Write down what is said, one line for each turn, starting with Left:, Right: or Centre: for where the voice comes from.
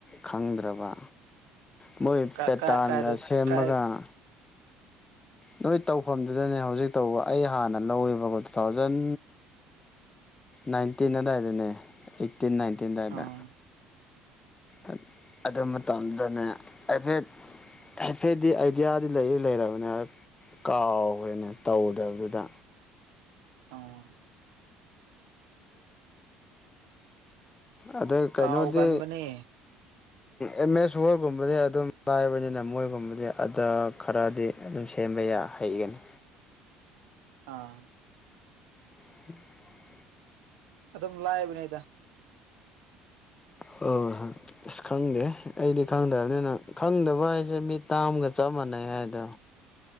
Left: ꯈꯪꯗ꯭ꯔꯕ ꯃꯣꯏ
Right: ꯀꯥ
Left: ꯄꯦꯇꯥꯟꯒ
Right: ꯀꯥꯏ ꯀꯥꯏꯗ
Left: ꯁꯦꯝꯃꯒ
Right: ꯀꯥꯏ
Left: ꯅꯣꯏ ꯇꯧꯐꯝꯗꯨꯗꯅꯦ ꯍꯧꯖꯤꯛ ꯇꯧꯕ ꯑꯩ ꯍꯥꯟꯅ ꯂꯧꯋꯦꯕꯀꯣ ꯇꯨ ꯊꯥꯎꯖꯟ ꯅꯥꯏꯟꯇꯤꯟ ꯑꯗꯥꯏꯗꯅꯦ ꯑꯩꯠꯇꯤꯟ ꯅꯥꯏꯟꯇꯤꯟ ꯑꯗꯥꯏꯗ
Right: ꯑꯥ
Left: ꯑꯠ ꯑꯗꯨ ꯃꯇꯝꯗꯨꯗꯅꯦ ꯍꯥꯏꯐꯦꯠ ꯍꯥꯏꯐꯦꯠꯗꯤ ꯑꯥꯏꯗꯤꯌꯥꯗꯤ ꯂꯩꯗꯤ ꯂꯩꯔꯕꯅꯦ ꯀꯥꯎꯈ꯭ꯔꯦꯅꯦ ꯇꯧꯗꯕꯗꯨꯗ
Right: ꯑꯥ
Left: ꯑꯗ ꯀꯩꯅꯣꯗꯤ
Right: ꯀꯥꯎꯒꯟꯕꯅꯦ
Left: ꯑꯦꯝ ꯑꯦꯁ ꯍꯣꯏꯒꯨꯝꯕꯗꯤ ꯑꯗꯨꯝ ꯂꯥꯏꯕꯅꯤꯅ ꯃꯣꯏꯒꯨꯝꯕꯗꯤ ꯑꯗ ꯈꯔꯗꯤ ꯑꯗꯨꯝ ꯁꯦꯝꯕ ꯌꯥ ꯍꯩꯒꯅꯤ
Right: ꯑꯥ
Left: <inaudible>
Right: ꯑꯗꯨꯝ ꯂꯥꯏꯕ ꯅꯤꯗ
Left: ꯍꯍꯥ ꯑꯁ ꯈꯪꯗꯦꯍꯦ ꯑꯩꯗꯤ ꯈꯪꯗꯕꯅꯤꯅ ꯈꯪꯗꯕ ꯍꯥꯏꯁꯦ ꯃꯤꯠ ꯇꯥꯡꯕꯒ ꯆꯞ ꯃꯥꯟꯅꯩ ꯍꯥꯏꯗꯣ